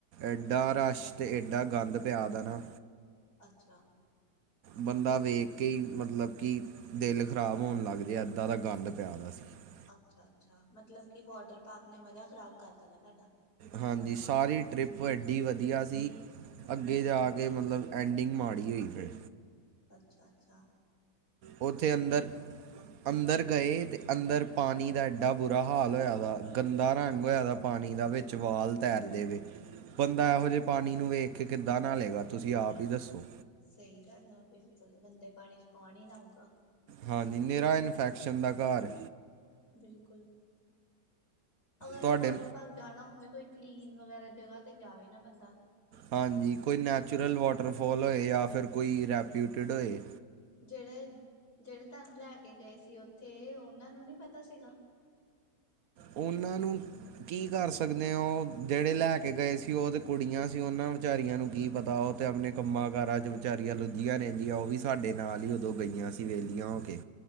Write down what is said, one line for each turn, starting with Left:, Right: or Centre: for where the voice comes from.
Right: ਐਡਾ ਰਸ਼ ਅਤੇ ਐਡਾ ਗੰਦ ਪਿਆ ਦਾ ਨਾ।
Left: ਅੱਛਾ।
Right: ਬੰਦਾ ਵੇਖ ਕੇ ਹੀ ਮਤਲਬ ਕਿ ਦਿਲ ਖ਼ਰਾਬ ਹੋਣ ਲੱਗ ਜਾ ਏਦਾਂ ਦਾ ਗੰਦ ਪਿਆ। ਦਾ ਸੀ
Left: ਅੱਛਾ- ਅੱਛਾ ਮਤਲਬ ਕਿ ਵਾਟਰ ਪਾਰਕ ਨੇ ਮਜਾ ਖ਼ਰਾਬ ਕਰਤਾ ਨਾ ਤੁਹਾਡਾ।
Right: ਹਾਂਜੀ। ਸਾਰੀ ਟਰਿਪ ਐਡੀ ਵਧੀਆ ਸੀ। ਅੱਗੇ ਜਾ ਕੇ ਮਤਲਬ ਐਂਡਿੰਗ ਮਾੜੀ ਹੋਈ। ਫਿਰ
Left: ਅੱਛਾ -ਅੱਛਾ
Right: ਉੱਥੇ ਅੰਦਰ ਅੰਦਰ ਗਏ ਅਤੇ ਅੰਦਰ ਪਾਣੀ ਦਾ ਐਡਾ ਬੁਰਾ ਹਾਲ ਹੋਇਆ। ਗੰਦਾ ਰੰਗ ਹੋਇਦਾ ਪਾਣੀ ਦਾ ਵਿੱਚ ਵਾਲ ਤੈਰਦੇਵੇ। ਬੰਦਾ ਇਹੋ ਜੇ ਪਾਣੀ ਨੂੰ ਵੇਖ ਕੇ ਕਿੱਦਾਂ ਨਹਾ ਲੈਗਾ। ਤੁਸੀਂ ਆਪ ਹੀ ਦੱਸੋ।
Left: ਸਹੀ ਗੱਲ ਆ ਬਿਲਕੁਲ ਗੰਦੇ ਪਾਣੀ ਚਕਾਉਣ ਹੀ ਨਹਾ ਆਊਗਾ।
Right: ਹਾਂਜੀ ਨੇੇਰਾ ਇਨਫੈਕਸ਼ਨ ਦਾ ਘਰ
Left: ਬਿਲਕੁਲ ਅਗਰ
Right: ਤੁਹਾਡੇ
Left: ਵਾਟਰ ਪਾਰਕ ਜਾਣਾ ਹੋਵੇ ਕੋਈ ਕਲੀਨ ਵਗੈਰਾ ਜਗ੍ਹਾ ਤੇ ਜਾਵੇ ਨਾ ਬੰਦਾ
Right: ਹਾਂਜੀ ਕੋਈ ਨੈਚੁਰਲ ਵਾਟਰਫਾਲ ਹੋਏ ਜਾਂ ਫਿਰ ਕੋਈ ਰੈਪਿਊਟਿਡ ਹੋਏ
Left: ਜਿਹੜੇ ਜਿਹੜੇ ਤੁਹਾਨੂੰ ਲੈ ਕੇ ਗਏ ਸੀ ਉੱਥੇ ਉਹਨਾਂ ਨੂੰ ਨੀ ਪਤਾ ਸੀਗਾ
Right: ਉਹਨਾਂ ਨੂੰ ਕੀ ਕਰ ਸਕਦੇ ਹੋ ਉਹ ਜਿਹੜੇ ਲੈ ਕੇ ਗਏ ਸੀ ਉਹ ਤੇ ਕੁੜੀਆਂ ਸੀ ਉਹਨਾਂ ਵਿਚਾਰੀਆਂ ਨੂੰ ਕੀ ਪਤਾ ਉਹ ਆਪਣੇ ਕੰਮਾਂ ਕਾਰਾਂ ਚ ਵਿਚਾਰੀਆਂ ਲੁੱਝੀਆਂ ਰਹਿੰਦੀਆਂ ਉਹ ਵੀ ਸਾਡੇ ਨਾਲ ਹੀ ਉਦੋਂ ਗਈਆਂ ਸੀ ਵਿਹਲੀਆਂ ਹੋ ਕੇ